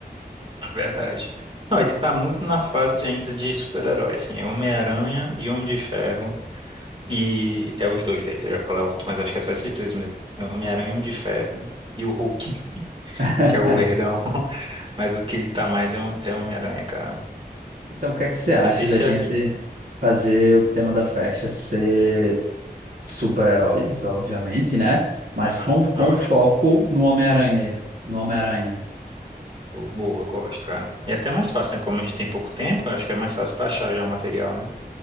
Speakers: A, on the right; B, on the right.
A: Na Verdade. Não, ele tá muito na fase de- ainda de super-herói, assim. É Homem-Aranha e Homem de Ferro. E é os dois dele, eu ia falar outro, mas acho que é só esses dois mesmo. É o Homem-Aranha e o Homem de Ferro. E o Hulk, <laughs>
B: <laughs>
A: que é o verdão. <laughs> Mas o que ele tá mais é, o- é o Homem-Aranha, cara.
B: Então, o que é que você
A: Ele
B: acha
A: é viciadinho.
B: da gente fazer o tema da festa ser. super-heróis, obviamente, né? Mas
A: Uhum,
B: com, com
A: ótimo.
B: foco no Homem-Aranha. No Homem-Aranha.
A: Bo- Boa, gosto, cara. E até mais fácil, né? Como a gente tem pouco tempo, eu acho que é mais fácil pra achar já o material, né?